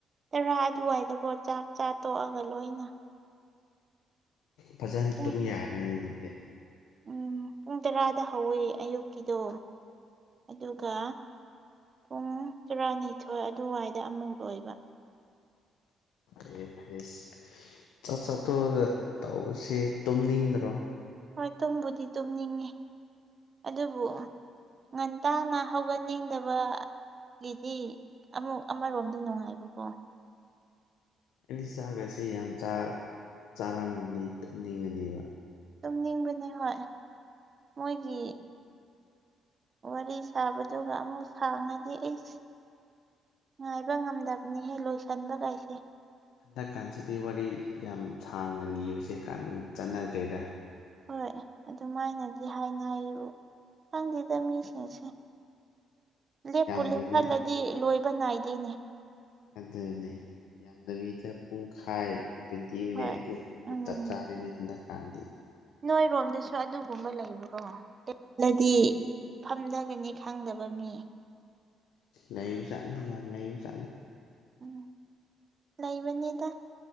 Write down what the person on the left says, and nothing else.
ꯐꯖꯅ
ꯇꯨꯝ ꯌꯥꯔꯦ ꯑꯗꯨꯗꯤ
ꯑꯦ ꯐꯌꯦ ꯍꯦꯁ ꯆꯥꯛ ꯆꯥꯊꯣꯛꯑꯒ ꯇꯧꯕꯁꯦ ꯇꯨꯝꯅꯤꯡꯗ꯭ꯔꯣ
ꯑꯩꯗꯤ ꯆꯥꯛꯒꯁꯦ ꯌꯥꯝ ꯆꯥꯔꯝꯃꯅꯤ ꯇꯨꯝꯅꯤꯡꯉꯅꯤꯕ
ꯍꯟꯗꯛꯀꯥꯟꯁꯤꯗꯤ ꯋꯥꯔꯤ ꯌꯥꯝ ꯁꯥꯡꯅ ꯂꯤꯕꯁꯦ ꯀꯥꯟ ꯆꯠꯅꯗ꯭ꯔꯦꯗ
ꯌꯥꯝꯗꯕꯤ
ꯑꯗꯨꯅꯤ ꯌꯥꯝꯗꯕꯤꯗ ꯄꯨꯡꯈꯥꯏ ꯇ꯭ꯋꯦꯟꯇꯤ ꯃꯤꯅꯦꯠ
ꯑꯗꯨ
ꯆꯞ ꯆꯥꯔꯦꯅꯦ ꯍꯟꯗꯛꯀꯥꯟꯗꯤ
ꯂꯩꯕ ꯖꯥꯠꯅꯤ ꯌꯥꯝ ꯂꯩꯕ ꯖꯥꯠꯅꯤ